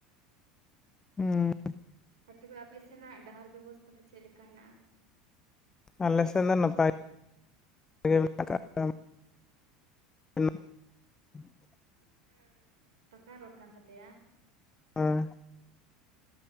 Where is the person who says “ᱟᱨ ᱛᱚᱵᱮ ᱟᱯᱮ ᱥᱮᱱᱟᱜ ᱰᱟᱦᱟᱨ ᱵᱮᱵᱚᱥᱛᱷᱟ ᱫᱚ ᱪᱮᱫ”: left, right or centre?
Right